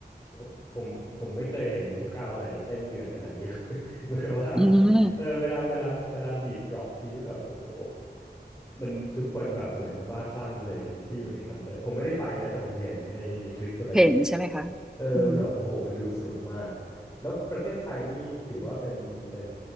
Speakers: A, on the left; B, in the centre.
A: โอ้ผมผมไม่เคยเห็นคราวไหนเต้นเดือดขนาดนี้ <laughs> เหมือนว่า
B: อืม
A: เออเวลาเวลาเวลาบีทดรอปทีนี่แบบโอ้โหมันทุกคนแบบเหมือนบ้าคลั่งไปเลยที่อยู่ในคอนเสิร์ตผมไม่ได้ไปนะแต่ผมเห็นในในคลิปอะไรอย่างเงี้ย
B: เห็นใช่ไหมคะ
A: เออมันแบบโอ้โหมันดูสนุกมาก
B: อืม
A: แล้วประเทศไทยนี่ถือว่าเป็นเป็น